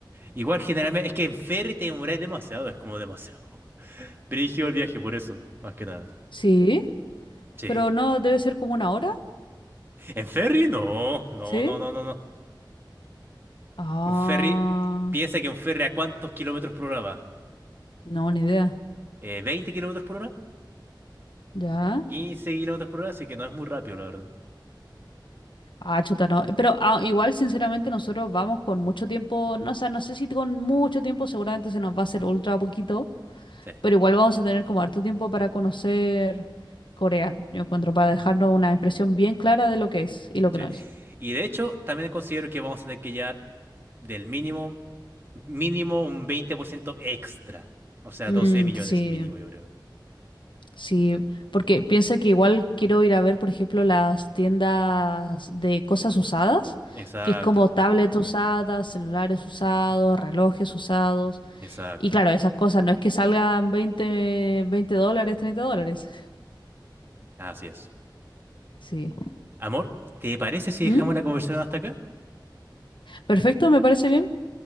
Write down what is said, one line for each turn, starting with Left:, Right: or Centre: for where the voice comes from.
Right: Igual generalmente. Es que en ferry te demoráis demasiado, es como demasiado. <laughs> Brígido el viaje, por eso, más que nada.
Left: sí,
Right: Sí.
Left: pero no debe ser como una hora,
Right: ¿En ferry? No, no,
Left: ¿sí?
Right: no, no, no, no.
Left: Ah,
Right: Un ferry. Piensa que un ferry a cuántos kilómetros por hora va.
Left: no, ni idea.
Right: Eh, ¿20 kilómetros por hora?
Left: Ya.
Right: ¿15 kilómetros por hora? Así que no es muy rápido, la verdad.
Left: Ah, chuta, no. Pero ah, igual, sinceramente, nosotros vamos con mucho tiempo, no, o sea, no sé si con mucho tiempo, seguramente se nos va a hacer ultra poquito,
Right: Sí,
Left: pero igual vamos a tener como harto tiempo para conocer Corea, yo encuentro, para dejarnos una impresión bien clara de lo que es y lo que
Right: sí.
Left: no es.
Right: Y de hecho, también considero que vamos a tener que llegar del mínimo Mínimo un 20% extra. O sea,
Left: Mm,
Right: 12 millones
Left: sí,
Right: mínimo, yo creo.
Left: Sí, porque piensa que igual quiero ir a ver, por ejemplo, las tiendas de cosas usadas,
Right: Exacto,
Left: que es como tablets usadas, celulares usados, relojes usados.
Right: exacto.
Left: Y claro, esas cosas no es que salgan veinte, veinte dólares, 30 dólares.
Right: Así es.
Left: Sí.
Right: Amor, ¿te parece si
Left: ¿Mm?
Right: dejamos la conversación hasta acá?
Left: Perfecto, me parece bien.